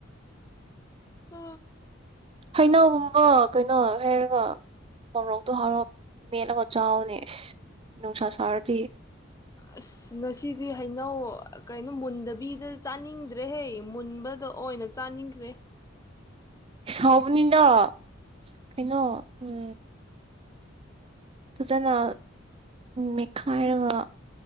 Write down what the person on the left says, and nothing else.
ꯎ
ꯑꯁ ꯉꯁꯤꯗꯤ ꯍꯩꯅꯧ ꯀꯩꯅꯣ ꯃꯨꯟꯗꯕꯤꯗ ꯆꯥꯅꯤꯡꯗ꯭ꯔꯦꯍꯦ ꯃꯨꯟꯕꯗ ꯑꯣꯏꯅ ꯆꯥꯅꯤꯡꯈ꯭ꯔꯦ